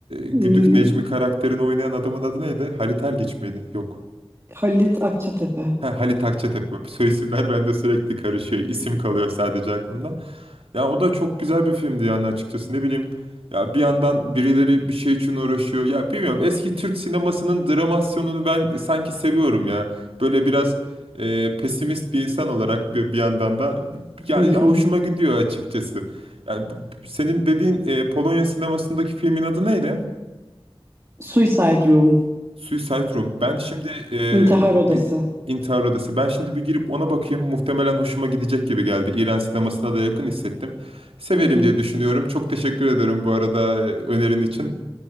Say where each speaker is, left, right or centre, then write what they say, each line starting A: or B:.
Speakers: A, on the right; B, on the right.
A: Güdük
B: Hmm,
A: Necmi karakterini oynayan adamın adı neydi? Halit Ergenç miydi? Yok.
B: Halit Akçatepe.
A: Ha, Halit Akçatepe. <laughs> Soy isimler bende sürekli karışıyor. İsim kalıyor sadece aklımda. Ya o da çok güzel bir filmdi yani açıkçası ne bileyim. Ya bir yandan birileri bir şey için uğraşıyor. Ya bilmiyorum eski Türk sinemasının dramasyonunu ben sanki seviyorum ya. Böyle biraz e, pesimist bir insan olarak bir, bir yandan da yani
B: Hı
A: hoşuma
B: hı.
A: gidiyor açıkçası. Yani bu- senin dediğin e, Polonya sinemasındaki filmin adı neydi?
B: Suicide Room.
A: Suicide Room. Ben şimdi e,
B: İntihar
A: bir
B: Odası.
A: intihar odası. Ben şimdi bir girip ona bakayım. Muhtemelen hoşuma gidecek gibi geldi. İran sinemasına da yakın hissettim. Severim
B: Hı hı.
A: diye düşünüyorum. Çok teşekkür ederim bu arada e, önerin için.